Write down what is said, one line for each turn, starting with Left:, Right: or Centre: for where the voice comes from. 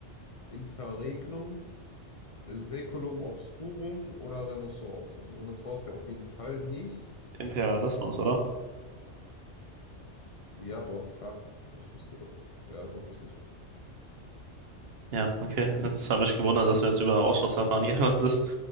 Left: Interregnum, Saeculum Obscurum oder Renaissance? Also Renaissance ja auf jeden Fall nicht.
Right: <laughs> Imperialismus, oder?
Left: Ja, doch, klar. Ich wusste das. Ja, ist auch richtig.
Right: Ja, okay. Das hat mich gewundert, dass du jetzt über Ausschlussverfahren hier <laughs> meintest.